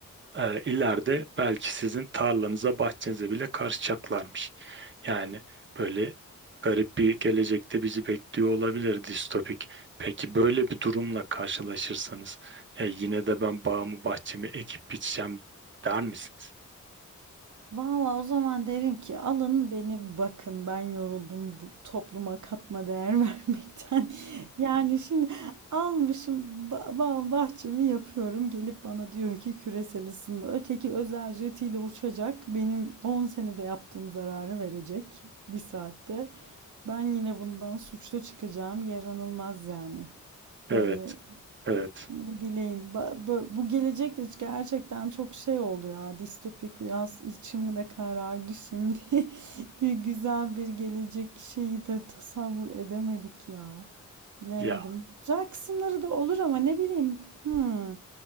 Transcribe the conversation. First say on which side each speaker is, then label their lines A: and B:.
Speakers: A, on the right; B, on the right.
A: e, ileride belki sizin tarlanıza, bahçenize bile karışacaklarmış. Yani böyle garip bir gelecekte bizi bekliyor olabilir distopik. Peki böyle bir durumla karşılaşırsanız ya yine de ben bağımı bahçemi ekip biçeceğim der misiniz?
B: Valla o zaman derim ki alın beni bakın ben yoruldum bu topluma katma değer <laughs> vermekten. Yani şimdi almışım ba- ba- bahçemi yapıyorum gelip bana diyor ki küresel ısınma. Öteki özel jetiyle uçacak benim 10 senede yaptığım zararı verecek bir saatte. Ben yine bundan suçlu çıkacağım yaranılmaz yani.
A: Evet,
B: Böyle
A: evet.
B: ne bileyim ba- bö- bu gelecekte gerçekten çok şey oldu ya distopik biraz içim de karardı şimdi. <laughs> Gü- Güzel bir gelecek şeyi de tasavvur edemedik ya. Bilemedim.
A: Ya
B: Güzel kısımları da olur ama ne bileyim. Hmm.